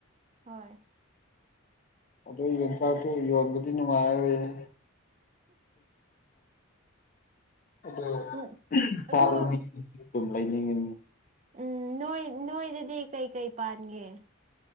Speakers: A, on the right; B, on the left.
A: ꯍꯣꯏ
B: ꯑꯗꯨ ꯌꯣꯡꯆꯥꯛꯇꯨ ꯌꯣꯟꯕꯗꯤ ꯅꯨꯡꯉꯥꯏꯔꯔꯣꯏꯍꯦ ꯑꯗꯣ
A: ꯎꯝ
B: ꯆꯥꯕ
A: ꯑꯗꯨ
B: ꯃꯤꯗꯤ ꯑꯗꯨꯝ ꯂꯩꯅꯤꯡꯉꯤꯅꯦ
A: ꯎꯝ ꯅꯣꯏ ꯅꯣꯏꯗꯗꯤ ꯀꯩꯀꯩ ꯄꯥꯟꯒꯦ